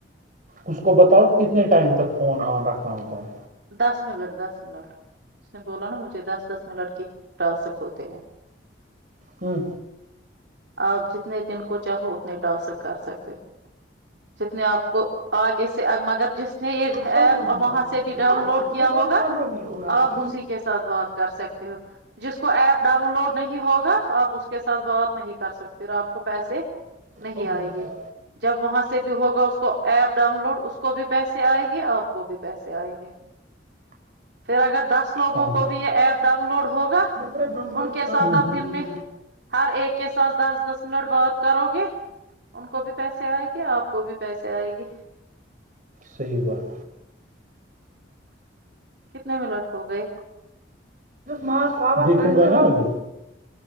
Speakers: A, on the right; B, on the right.
A: اس کو بتاؤ کتنے ٹائم تک فون آن رکھنا ہوتا ہے
B: دس منٹ دس منٹ اس نے بولا نا مجھے دس دس منٹ کےٹاسک ہوتے ہیں
A: ہوں
B: آپ جتنے دن کو چاہو اتنے ٹاسک کر سکتے ہو جتنے آپ کو آگے سے مگر جس اس نے یہ
A: توتہِ سۄنٛدروو
B: ایپ
A: مےٚ
B: وہاں
A: یہِ آبَس
B: سے بھی
A: منٛز
B: ڈاؤن
A: اوٚڑ
B: لوڈ
A: دوٚپمَے
B: کیا
A: توتہِ
B: ہوگا
A: سۄنٛدروو مےٚ یہِ اوٚڑ آبَس
B: آپ اسی کے ساتھ بات کر سکتے ہو جس کو ایپ ڈاؤن لوڈ نہیں ہوگا آپ اس کے ساتھ بات نہیں پھر آپ کو پیسے نہیں
A: ہو گئے
B: آئے گی
A: سر
B: جب وہاں سے بھی ہوگا اس کو ایپ ڈاؤن لوڈ اس کو بھی پیسے آئے گ یہ آپ کو بھی پیسے آئے گے سیراگر <unintelligible> دس لوگوں
A: ہاں
B: کو بھی یہ ایپ ڈاؤن لوڈ ہوگا
A: میرا گنگرا
B: ان کے
A: سر
B: ساتھ
A: ہوں۔
B: اب
A: دکھائی
B: دن میں
A: دی
B: ہر ایک کے دس دس دس منٹ بعات کرو گے ان کو بھی پیسے آئے گے آپ کو بھی پیسے آئے گے
A: صحی بات
B: کتنے منٹ ہو گئے
A: مس پا <unintelligible>